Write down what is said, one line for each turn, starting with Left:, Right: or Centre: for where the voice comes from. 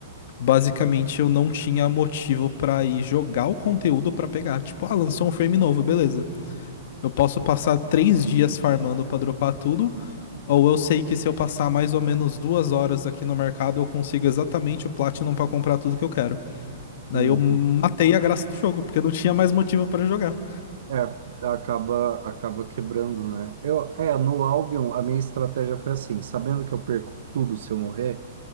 Left: basicamente eu não tinha motivo pra ir jogar o conteúdo pra pegar. Tipo, ah, lançou um frame novo, beleza. Eu posso passar três dias farmando pra dropar tudo, ou eu sei que se eu passar mais ou menos duas horas aqui no mercado, eu consigo exatamente o Platinum pra comprar tudo que eu quero. Daí
Right: uhum.
Left: eu matei a graça do jogo, porque eu não tinha mais motivo pra jogar.
Right: É, acaba, acaba quebrando, né? Eu, é, no Albion, a minha estratégia foi assim, sabendo que eu perco tudo se eu morrer